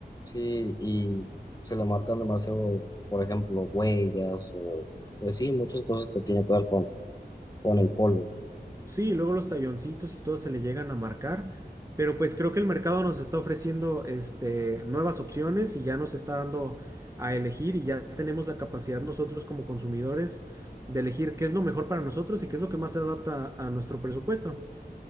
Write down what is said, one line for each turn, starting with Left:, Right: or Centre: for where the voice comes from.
Left: Sí, y se le marcan demasiado, por ejemplo, huellas o, pues sí, muchas cosas que tienen que ver con, con el polvo.
Right: Sí, luego los talloncitos y todo se le llegan a marcar, pero pues creo que el mercado nos está ofreciendo este, nuevas opciones y ya nos está dando a elegir y ya tenemos la capacidad nosotros como consumidores de elegir qué es lo mejor para nosotros y qué es lo que más se adapta a nuestro presupuesto.